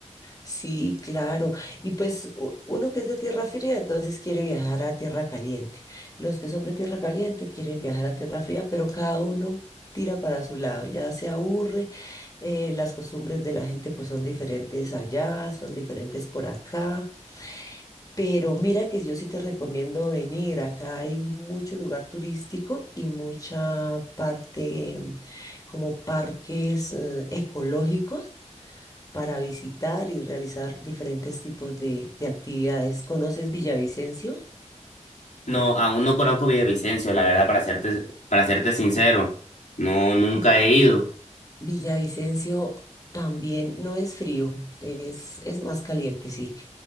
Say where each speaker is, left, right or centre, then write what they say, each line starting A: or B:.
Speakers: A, on the left; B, on the left.
A: Sí, claro. Y pues u- uno que es de tierra fría, entonces quiere viajar a tierra caliente. Los que son de tierra caliente quieren viajar a tierra fría, pero cada uno tira para su lado, ya se aburre. eh, las costumbres de la gente pues son diferentes allá, son diferentes por acá. Pero mira que yo sí te recomiendo venir. Acá hay mucho lugar turístico y mucha parte mm, como parques eh, ecológicos para visitar y realizar diferentes tipos de, de actividades. ¿Conoces Villavicencio?
B: No, aún no conozco Villavicencio, la verdad, para serte, para serte sincero. No, nunca
A: Vi-
B: he ido.
A: Villavicencio también no es frío, es, es más caliente, sí,